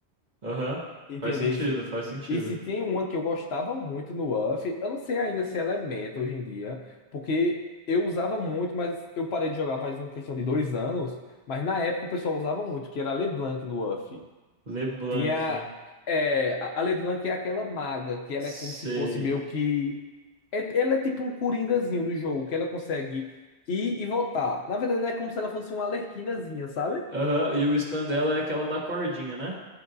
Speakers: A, on the right; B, on the left.
A: Aham.
B: Entendesse?
A: Faz sentido, faz sentido.
B: E se tem uma que eu gostava muito no UF, eu não sei ainda se ela é meta hoje em dia, porque eu usava muito, mas eu parei de jogar faz uma questão de dois anos, mas na época o pessoal usava muito, que era a LeBlanc no UF.
A: LeBlanc.
B: Tinha. É, a a LeBlanc é aquela maga, que ela
A: Sei.
B: é como se fosse meio que. é- Ela é tipo um coringazinho do jogo, que ela consegue ir e voltar. Na verdade, ela é como se ela fosse uma arlequinazinha, sabe?
A: Aham, e o stand dela é aquela da cordinha, né?